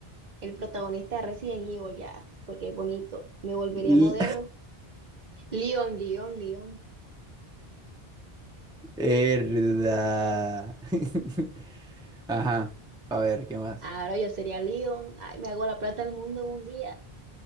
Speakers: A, on the right; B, in the centre.
A: el protagonista de Resident Evil ya, porque es bonito, me volvería
B: L-
A: modelo, Leon, Leon, Leon,
B: Verdad. <laughs> Ajá. A ver, ¿qué más?
A: ahora yo sería Leon, ay, me hago la plata del mundo en un día